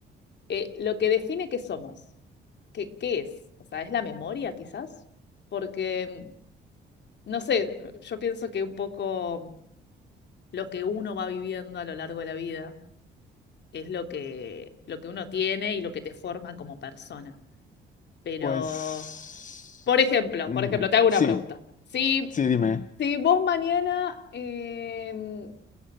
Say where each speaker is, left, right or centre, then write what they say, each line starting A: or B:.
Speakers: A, on the left (about 60°); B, on the left (about 40°).
A: eh, lo que define qué somos, qué, qué es, o sea, es la memoria quizás, porque, mm, no sé, yo pienso que un poco lo que uno va viviendo a lo largo de la vida es lo que, lo que uno tiene y lo que te forma como persona. Pero,
B: Pues
A: por ejemplo,
B: mm,
A: por ejemplo, te hago una
B: sí,
A: pregunta. Si,
B: sí, dime.
A: si vos mañana eh,